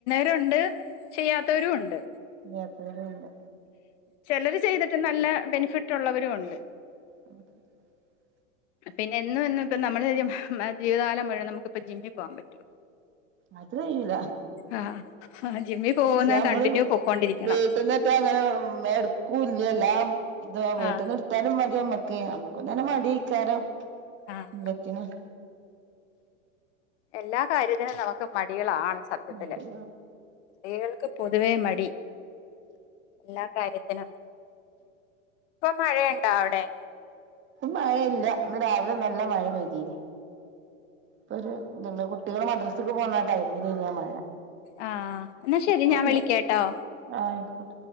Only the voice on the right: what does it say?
യ്യാത്തവരുണ്ട്.
<inaudible>
അത്കയൂല.
നമ്മള്
വീട്ടിന്നറ്റ അങ്ങനെ എടുക്കൂ എല്ലാം ഇതു വീട്ടിന്നെടുത്താലും
മതി മ്മക്ക് അമ്മക്കന്നേരം മടിയക്കാരോം
എന്തക്കെണ്?
മടി
മഴയില്ല ഇന്ന് രാവിലെ നല്ല മഴ പെയ്തിന്. ഇപ്പൊരു ഇത്ണ്ട് കുട്ടികള് മദ്രസക്ക് പോകുന്ന ടൈമിലിന് ആ മഴ.
ഇപ്പല്ല
ആയിക്കോ